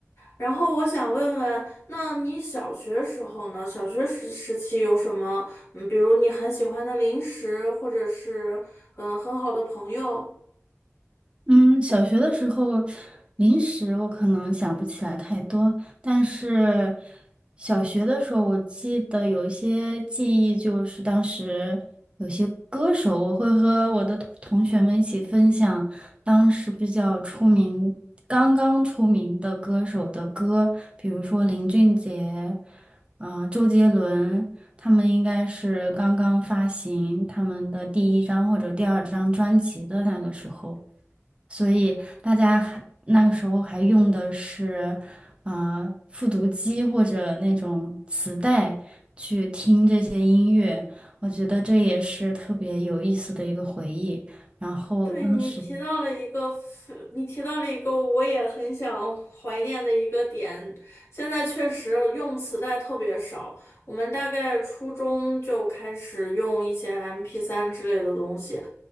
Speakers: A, on the left (about 65°); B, on the right (about 20°).
A: 然后我想问问，那你小学时候呢？小学时时期有什么，嗯，比如你很喜欢的零食，或者是嗯很好的朋友？
B: 嗯，小学的时候，零食我可能想不起来太多，但是小学的时候，我记得有一些记忆，就是当时有些歌手，我会和我的同同学们一起分享当时比较出名、刚刚出名的歌手的歌，比如说林俊杰，嗯周杰伦，他们应该是刚刚发行他们的第一张或者第二张专辑的那个时候。所以大家还那个时候还用的是，呃，复读机或者那种磁带去听这些音乐，我觉得这也是特别有意思的一个回忆。然后当时。
A: 对，你提到了一个非你提到了一个我也很想怀念的一个点。现在确实用磁带特别少，我们大概初中就开始用一些 MP3 之类的东西，